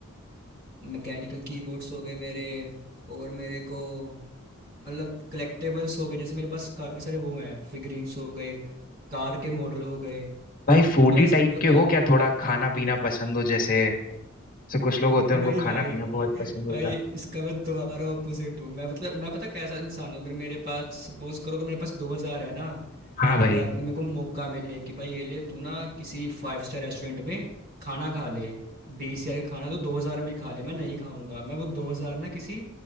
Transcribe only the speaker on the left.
भाई फूडी
टाइप
के
हो क्या थोड़ा खाना पीना पसंद हो जैसे जैसे कुछ लोग होते
हैं उनको
खाना पीना बहुत पसंद
होता है
हाँ
भाई